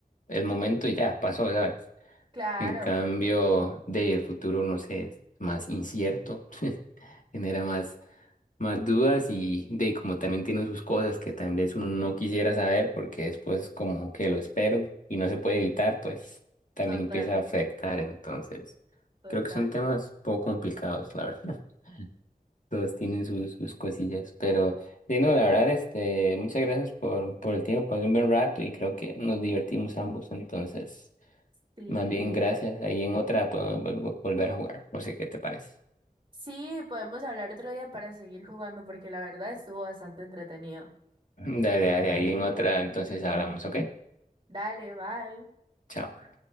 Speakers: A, on the left; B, on the right.
A: el momento ya pasó, ¿sabes?
B: Claro.
A: En cambio, de ahí, el futuro, no sé, es más incierto, genera más más dudas y de como también tienen sus cosas que tal vez uno no quisiera saber porque después como que lo espero y no se puede evitar, pues también
B: Total,
A: empieza a afectar. Entonces,
B: total.
A: creo que son temas poco complicados, la verdad. <laughs> Todos tienen sus, sus cosillas, pero de no, la verdad, este, muchas gracias por, por el tiempo, pasé un buen rato y creo que nos divertimos ambos, entonces,
B: Sí,
A: más bien gracias, ahí en otra podemos vol- vol- volver a jugar, no sé qué te parece.
B: sí, podemos hablar otro día para seguir jugando porque la verdad estuvo bastante entretenido.
A: <laughs> Dale, dale, ahí en otra, entonces hablamos, ¿ok?
B: Dale, bye.
A: Chao.